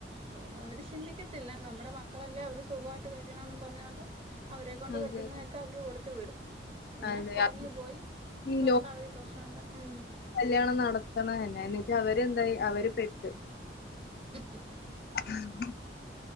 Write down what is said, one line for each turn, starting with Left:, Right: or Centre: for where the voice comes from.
Right: അതൊന്നും അവര് ചിന്തിക്കത്തില്ല നമ്മുടെ മക്കളല്ലേ അവര് സുഖമായിട്ട് കഴിയണം എന്നിട്ട് പറഞ്ഞോണ്ട് അവരെ കൊണ്ട്
Left: അതെ
Right: പറ്റുന്നതൊക്കെ അവര് കൊടുത്തു വിടും പിന്നെ
Left: അതെ
Right: കുറഞ്ഞു
Left: അത്
Right: പോയി എന്നും
Left: ഈ
Right: പറഞ്ഞോണ്ട്
Left: ലോ
Right: അവര് പ്രശ്നമുണ്ടാകും
Left: കല്യാണം നടത്തണം എന്നന്ന എന്നട്ട് അവരെന്താ അവര് പെട്ട്
Right: <inaudible>
Left: <inaudible>